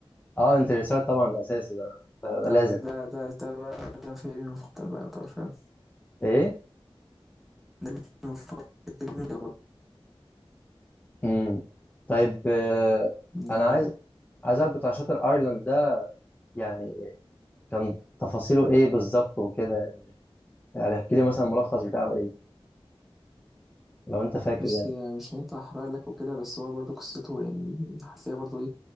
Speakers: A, on the left; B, in the centre.
A: آه انترستيلر طبعا ده أساسي ده ده, ده
B: ده
A: لازم
B: ده ده ده بقى ده فيلمي المفضل بقى يعتبر فاهم
A: إيه؟
B: ده مش مفضل فيلمي يعتبر.
A: امم طيب آه،
B: إن-
A: انا عايز عايز اعرف بتاع شاطر ايرلاند ده يعني كان تفاصيله ايه بالظبط وكده يعني احكي لي مثلا الملخص بتاعه ايه لو انت فاكر
B: بص
A: يعني
B: يعني مش هينفع احرق لك وكده بس هو برضه قصته يعني هتلاقيها برضه ايه